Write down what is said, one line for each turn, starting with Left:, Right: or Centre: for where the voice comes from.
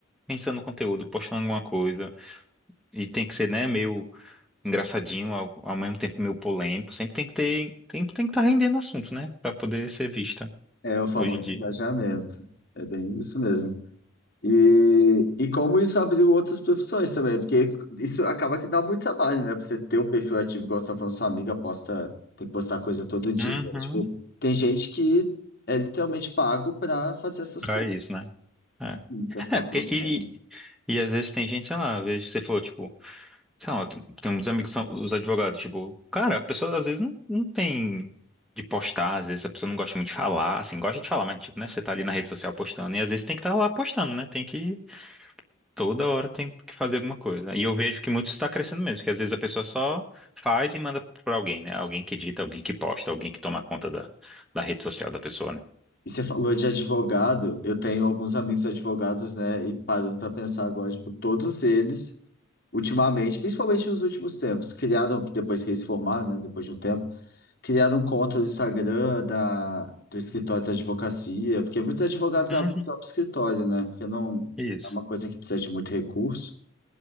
Centre: pensando conteúdo, postando alguma coisa. E tem que ser, né, meio engraçadinho, ao, ao mesmo tempo meio polêmico. Sempre tem que ter, tem, tem que estar rendendo assunto, né? Pra poder ser vista
Left: É o famoso
Centre: hoje em dia.
Left: engajamento. É bem isso mesmo. E, e como isso abriu outras profissões também, porque isso acaba que dá muito trabalho, né? Pra você ter um perfil ativo, igual você tá falando, sua amiga posta, tem que postar coisa todo dia.
Centre: Uhum.
Left: Tipo, tem gente que é literalmente pago para fazer essas
Centre: Pra
Left: coisas,
Centre: isso, né? É,
Left: para ficar
Centre: É, porque
Left: postando.
Centre: e E às vezes tem gente, sei lá, às vezes você falou, tipo, sei lá, tem tem uns amigos que são os advogados, tipo, cara, a pessoa às vezes não, não tem de postar, às vezes a pessoa não gosta muito de falar, assim, gosta de falar, mas, tipo, né, você tá ali na rede social postando, e às vezes tem que estar lá postando, né, tem que, toda hora tem que fazer alguma coisa. E eu vejo que muito está crescendo mesmo, porque às vezes a pessoa só faz e manda pra alguém, né, alguém que edita, alguém que posta, alguém que toma conta da, da rede social da pessoa, né.
Left: E você falou de advogado, eu tenho alguns amigos advogados, né? E parando para pensar agora, tipo, todos eles, ultimamente, principalmente nos últimos tempos, criaram, depois que eles se formaram, né? Depois de um tempo, criaram um conta do Instagram da, do escritório da advocacia, porque muitos advogados
Centre: Uhum.
Left: abrem o próprio escritório, né? Porque não
Centre: Isso.
Left: é uma coisa que precisa de muito recurso.